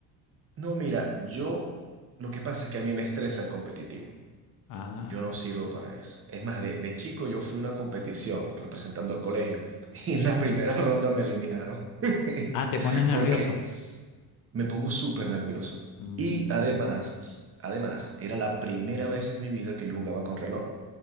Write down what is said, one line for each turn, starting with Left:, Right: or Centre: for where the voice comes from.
Right: No, mira, yo, lo que pasa es que a mí me estresa el competitivo.
Left: Ah,
Right: Yo no sirvo para eso. Es más, de, de chico yo fui a una competición representando al colegio <laughs> y en la primera ronda me eliminaron <laughs>
Left: ah, te pones nervioso.
Right: porque me pongo súper nervioso.
Left: Mm,
Right: Y además, además, era la primera vez en mi vida que yo jugaba con reloj.